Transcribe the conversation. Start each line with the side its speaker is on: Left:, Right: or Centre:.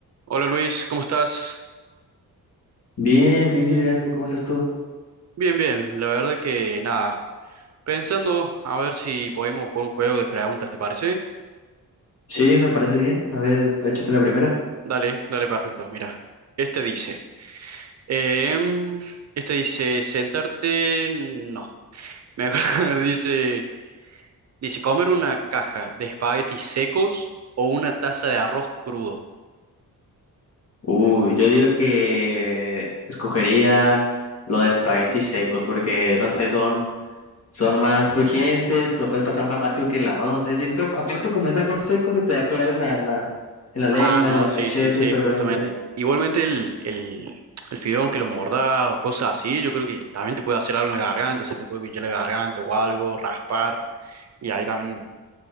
Right: Hola Luis, ¿cómo estás?
Left: Bien, bien, Juliana, ¿y cómo estás tú?
Right: Bien, bien, la verdad que nada. Pensando a ver si podemos jugar un juego de preguntas, ¿te parece?
Left: Sí, me parece bien. A ver, échate la primera.
Right: Dale, dale, perfecto. Mira, este dice, em, este dice sentarte, no, mejor <laughs> dice, dice comer una caja de espaguetis secos o una taza de arroz crudo.
Left: Uy, yo digo que escogería lo de espaguetis secos, porque no sé, son, son más crujientes, lo puedes pasar más rápido que el arroz, no sé, siento, aparte como es arroz seco, se te va a pegar en la, en la, en la lengua,
Right: Ah, no,
Left: en los
Right: sí,
Left: cachetes,
Right: sí, sí,
Left: por
Right: justamente.
Left: dentro.
Right: Igualmente el, el, el fideo, aunque lo mordás o cosas así, yo creo que también te puede hacer algo en la garganta, o sea, te puede pinchar la garganta o algo, raspar, y ahí también